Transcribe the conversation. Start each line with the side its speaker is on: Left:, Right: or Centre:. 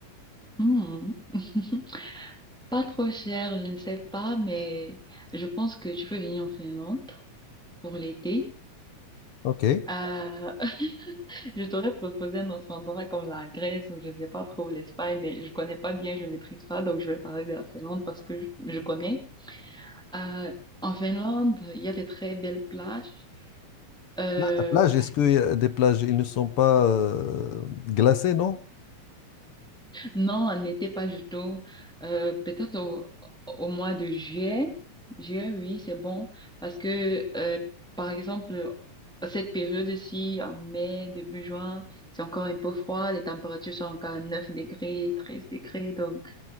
Centre: Hmm. <laughs> Pas trop cher, je ne sais pas, mais je pense que tu peux venir en Finlande pour l'été.
Left: OK.
Centre: Euh, <laughs> je t'aurais proposé un autre endroit comme la Grèce ou je ne sais pas trop l'Espagne, mais je connais pas bien, je maîtrise pas, donc je vais parler de la Finlande parce que je, je connais. Euh, en Finlande, il y a des très belles plages. Euh,
Left: La la plage, est-ce que y a des plages, ils ne sont pas euh, glacés, non?
Centre: Non, on n'était pas du tout. Euh, peut-être au, au mois de juillet. Juillet, oui, c'est bon. Parce que, euh, par exemple, cette période-ci, en mai, début juin, c'est encore un peu froid. Les températures sont encore à 9 degrés, 13 degrés. Donc,